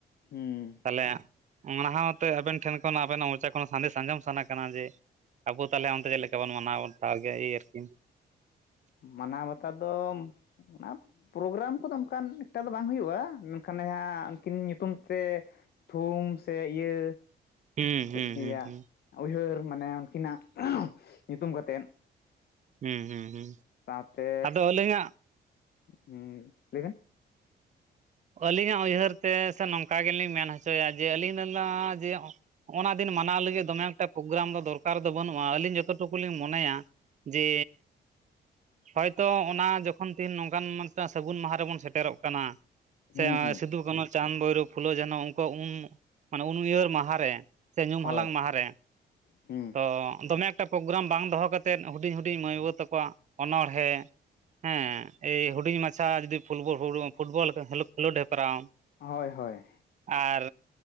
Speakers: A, on the left; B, on the right.
A: ᱦᱩᱸ᱾
B: ᱛᱟᱞᱦᱮ ᱚᱸᱲᱦᱟᱜᱴᱣ ᱟᱛᱮ ᱟᱵᱮᱱ ᱴᱷᱮᱱ ᱠᱷᱚᱱ ᱟᱵᱮᱱᱟᱜ ᱢᱚᱪᱟ ᱠᱷᱚᱱ ᱥᱟᱸᱫᱮᱥ ᱥᱟᱸᱡᱚᱢ ᱥᱟᱱᱟ ᱠᱟᱱᱟ ᱡᱮ ᱟᱵᱚ ᱛᱟᱞᱦᱮ ᱚᱱᱛᱮ ᱪᱮᱫ ᱞᱮᱠᱟ ᱵᱚᱱ ᱢᱟᱱᱟᱣ ᱵᱟᱛᱟᱣ ᱜᱮ ᱮᱸᱻ. ᱨᱠᱤ
A: ᱢᱟᱱᱟᱣ ᱵᱟᱛᱟᱣ ᱫᱚᱢ ᱟᱫ ᱚᱱᱟ ᱯᱨᱳᱜᱨᱟᱢ ᱠᱚᱫᱚ ᱚᱝᱠᱟᱱ ᱮᱠᱴᱟ ᱫᱚ ᱵᱟᱝ ᱦᱩᱭᱩᱜ-ᱟ᱾ ᱢᱮᱱᱠᱷᱟᱱ ᱱᱮᱭᱟ ᱩᱱᱠᱤᱱ ᱧᱩᱛᱩᱢ ᱛᱮ ᱛᱷᱩᱢ ᱥᱮ ᱤᱭᱟᱹ
B: ᱦᱩᱸ
A: ᱪᱮᱫ
B: ᱦᱩᱸ
A: ᱞᱮᱭᱟ
B: ᱦᱩᱸ ᱦᱩᱸ
A: ᱩᱭᱦᱟᱹᱨ ᱢᱟᱱᱮ ᱩᱱᱠᱤᱱᱟᱼᱜ ᱧᱩᱛᱩᱢ ᱜᱟᱛᱮᱫ
B: ᱦᱩᱸ- ᱦᱩᱸ- ᱦᱩᱸ
A: ᱥᱟᱶᱛᱮ
B: ᱟᱫᱚ ᱟᱹᱞᱤᱧᱟᱜ
A: ᱦᱩᱸ ᱞᱟᱹᱭᱵᱮᱱ
B: ᱟᱹᱞᱤᱧᱟᱜ ᱩᱭᱦᱟᱹᱨ ᱛᱮ ᱥᱮ ᱱᱚᱝᱠᱟ ᱜᱮᱞᱤᱧ ᱢᱮᱱ ᱦᱚᱪᱚᱭᱟ᱾ ᱡᱮ ᱟᱹᱞᱤᱧ ᱫᱚ ᱱᱟᱜ ᱡᱮ ᱚᱱᱟ ᱫᱤᱱ ᱢᱟᱱᱟᱣ ᱞᱟᱹᱜᱤᱫ ᱫᱚᱢᱮ ᱮᱠᱴᱟ ᱯᱳᱜᱽᱨᱟᱢ ᱫᱚ ᱫᱚᱨᱠᱟᱨ ᱫᱚ ᱵᱟᱹᱱᱩᱜ-ᱟ᱾ ᱟᱹᱞᱤᱧ ᱡᱚᱛᱚ ᱴᱩᱠᱩ ᱞᱤᱧ ᱢᱚᱱᱮᱭᱟ ᱡᱮ ᱦᱚᱭᱛᱚ ᱚᱱᱟ ᱡᱚᱠᱷᱚᱱ ᱫᱤᱱ ᱱᱚᱝᱠᱟᱱ ᱢᱤᱫᱴᱟᱹ ᱥᱟᱹᱜᱩᱱ ᱢᱟᱦᱟ ᱨᱮᱵᱚᱱ ᱥᱮᱴᱮᱨᱚᱜ ᱠᱟᱱᱟ᱾
A: ᱦᱩᱸ
B: ᱥᱮ ᱼᱟ
A: ᱦᱩᱸ
B: ᱥᱤᱫᱩ ᱠᱟᱹᱱᱩ, ᱪᱟᱸᱫᱽ ᱵᱷᱳᱭᱨᱳᱯ, ᱯᱷᱩᱞᱟᱹ ᱡᱷᱟᱱᱚ ᱩᱝᱠᱩᱣᱼᱟᱜ ᱩᱱ ᱢᱟᱱᱮ ᱩᱱ ᱩᱭᱦᱟᱹᱨ ᱢᱟᱦᱟ ᱨᱮ ᱥᱮ ᱧᱩᱢ
A: ᱦᱳᱭ
B: ᱦᱟᱞᱟᱝ ᱢᱟᱦᱟ ᱨᱮ,
A: ᱦᱩᱸ
B: ᱛᱚ ᱫᱚᱢᱮ ᱯᱳᱜᱽᱨᱟᱢ ᱵᱟᱝ ᱫᱚᱦᱚ ᱠᱟᱛᱮᱫ ᱦᱩᱰᱤᱧ - ᱦᱩᱰᱤᱧ ᱢᱟᱹᱭ ᱵᱟᱹᱵᱩ ᱛᱟᱠᱚᱣᱟᱜ ᱚᱱᱚᱬᱦᱮᱸ ᱦᱮᱸ ᱮᱭ ᱦᱩᱰᱤᱧ ᱢᱟᱪᱷᱟ ᱡᱩᱫᱤ ᱯᱷᱩᱞᱵᱚ <inaudible> ᱯᱷᱩᱴᱵᱚᱞ <inaudible> ᱠᱷᱮᱞᱳᱰ ᱦᱮᱯᱨᱟᱣ
A: ᱦᱚᱭ ᱦᱚᱭ
B: ᱟᱨ